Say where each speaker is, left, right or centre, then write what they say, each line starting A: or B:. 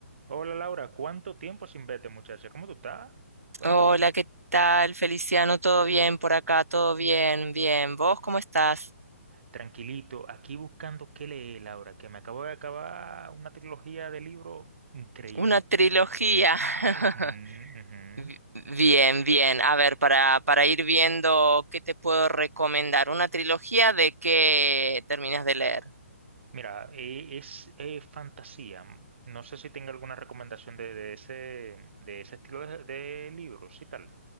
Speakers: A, on the right; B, on the right.
A: Hola Laura, ¿cuánto tiempo sin verte, muchacha? ¿Cómo tú estás? Cuéntame.
B: Hola, ¿qué tal, Feliciano? ¿Todo bien por acá? ¿Todo bien? Bien. ¿Vos cómo estás?
A: Tranquilito, aquí buscando qué leer, Laura, que me acabo de acabar una trilogía de libros increíble.
B: Una trilogía. <laughs>
A: Ujú, ujú.
B: Bi- Bien, bien. A ver, para, para ir viendo qué te puedo recomendar. ¿Una trilogía de qué terminas de leer?
A: Mira, eh, es eh, fantasía. No sé si tenga alguna recomendación de, de ese, de ese estilo de, de libros y tal.